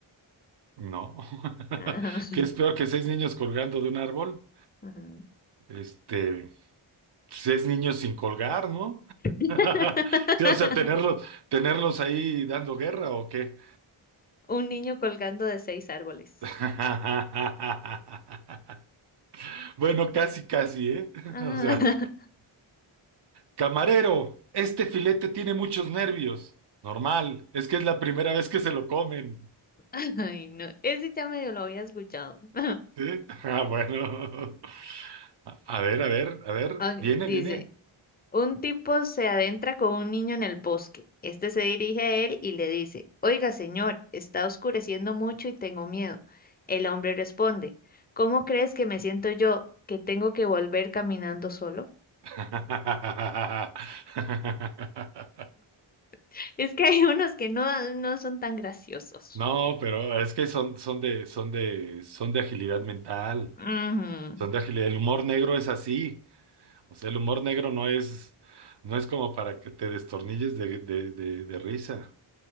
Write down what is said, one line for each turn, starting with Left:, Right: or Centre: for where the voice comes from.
Right: No. <laughs>
Left: Ajá,
Right: ¿Qué es peor que seis niños colgando de un árbol?
Left: ajá.
Right: Este, seis niños sin colgar, ¿no?
Left: <laughs>
Right: <laughs> Sí, o sea, tenerlos, tenerlos ahí dando guerra ¿o qué?
Left: Un niño colgando de seis árboles.
Right: <laughs> Bueno, casi, casi, ¿eh? <laughs>
Left: Ah,
Right: O sea.
Left: <laughs>
Right: Camarero, este filete tiene muchos nervios. Normal, es que es la primera vez que se lo comen.
Left: Ay, no. Ese ya medio lo había escuchado. <laughs>
Right: ¿Sí? <laughs> Ah, bueno. A a ver, a ver, a ver.
Left: Ah,
Right: Viene,
Left: Dice,
Right: viene.
Left: Un tipo se adentra con un niño en el bosque. Este se dirige a él y le dice, Oiga, señor, está oscureciendo mucho y tengo miedo. El hombre responde, ¿Cómo crees que me siento yo, que tengo que volver caminando solo?
Right: <laughs>
Left: <laughs> Es que hay unos que no, no son tan graciosos.
Right: No, pero es que son, son de, son de, son de agilidad mental.
Left: Ujú,
Right: Son de agilidad. El humor negro es así. O sea, el humor negro no es, no es como para que te destornilles de, de, de, de risa,